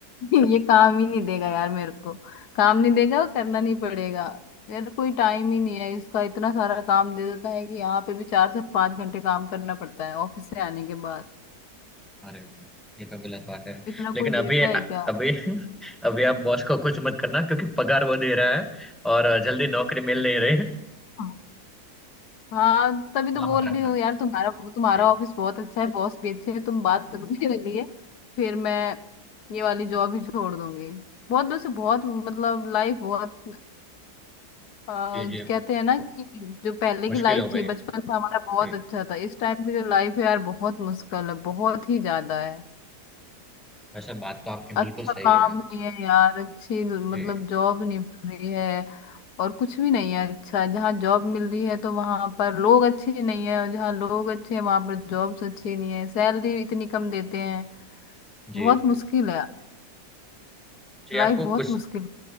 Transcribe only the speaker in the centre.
अरे ये तो गलत बात है
लेकिन
अभी
अभी <laughs> अभी आप बॉस को कुछ मत करना क्योंकि पगार वो दे रहा है और जल्दी नौकरी मिल नहीं रही
सलामत
रखना
जी
जी जी
मुश्किल
हो गई
है
जी
वैसे बात तो आपकी
बिल्कुल सही
है
जी
जी
जी
जी आपको
कुछ